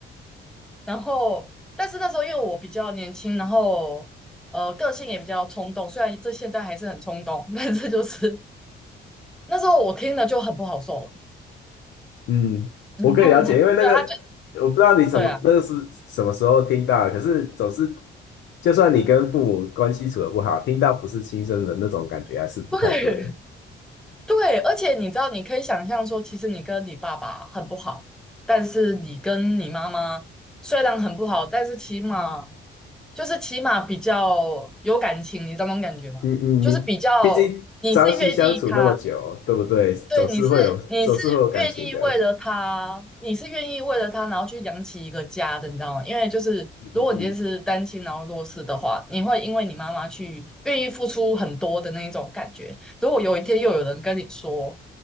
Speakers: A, in the centre; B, on the left.
A: 然后，但是那时候因为我比较年轻，然后呃个性也比较冲动，虽然这现在还是很冲动，但是就是 <laughs> 那时候我听了就很不好受了
B: 嗯，
A: 然后，
B: 我可以了解，因为那个我不知道你什么那个是什么时候听到的可是总是
A: 对啊，他就对啊，
B: 就算你跟父母关系处的不好，听到不是亲生的那种感觉还是不太对。
A: 对。对，而且你知道，你可以想象说，其实你跟你爸爸很不好，但是你跟你妈妈虽然很不好，但是起码就是起码比较有感情，你知道那种感觉吗？
B: 嗯嗯，
A: 就是比较你是越意他，
B: 你毕竟朝夕相处那么久，对不对？
A: 对，
B: 总是会有总是会有感情的。
A: 你是你是愿意为了他，你是愿意为了他，然后去养起一个家的，你知道吗？因为就是如果你就是单亲然后弱势的话，
B: 嗯嗯嗯，
A: 你会因为你妈妈去愿意付出很多的那一种感觉。如果有一天又有人跟你说，